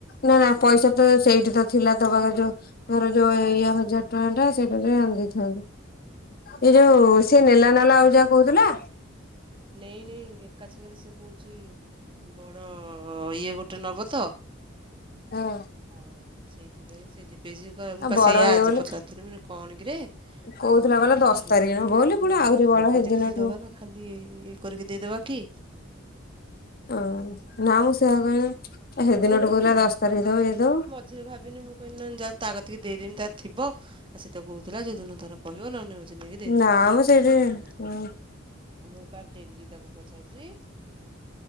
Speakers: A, on the left; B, on the right.
A: ନା ନା ପଇସା ତ ସେଇଠି ତ ଥିଲା ତ ପାଖ ଯୋଉ ମୋରୋ ଯୋଉ ଇଏ ହଜାର ଟଙ୍କା ଟା ସେଇଟ ଆଣି ଦେଇଥାନ୍ତି।
B: ତୁ
A: ଏ ଯୋଉ
B: ସେଇଟା କହିଲୁ
A: ସେ
B: ତୋ
A: ନେଲାନାଲା ଆଉ ଯାହା କହୁଥିଲା।
B: ନାଇଁ ନାଇଁ ଏକାଛେକରେ ସେ କହୁଛି ବଡ଼ ଇଏ ଗୋଟେ ନେବ ତ।
A: ହଁ।
B: ଆଉ ସେଇଥିପାଇଁ ସେ ଦୀପେ ଇଚି। ମୁଁ ପା
A: ବଡ
B: ସେଇଆ
A: ଇଏ
B: ଆଜି
A: ବୋଲି
B: ପଚାରୁଥିଲି ମାନେ କଣ କିରେ
A: କହୁଥିଲା
B: ଆଉ
A: ଦଶ
B: କହିଲା ରୁହ
A: ତାରିଖ
B: ଟିକେ
A: ହବ ବୋଲି ପୁଣି ଆହୁରି ବଡ
B: ଲୋକ
A: ସେଦିନଠୁ
B: ଦେଖିକି ଦବା ନା ଖାଲି ଇଏ କରିକି ଦେଇଦବା କି?
A: ଓ
B: ଆଉ
A: ନା ମୁଁ ସେହା
B: ସେଇଆକୁ
A: କହିନି ହେଦିନ ଠୁ କହୁଥିଲା ଦଶ ତାରିଖ ଦବ ଏଇ ଦବ।
B: ସେ ଭାବିନି ମୁଁ କିହିଲି ଯାଉଚି ତା କତିିକି ଦେଇଦେମି ତା ଥିବ ସେତ କହୁଥିଲା ଯୋଦିନ ତାର କହିବ ନହେଲେ ହଉଛି ନେଇକି ଦେଇଦେବା
A: ନାମଁ ସେଠି
B: ଆଉ ସିଏ
A: ହୁଁ।
B: ମୁଁ ପାର ଡେଲି ତାକୁ ପଚାରୁଛି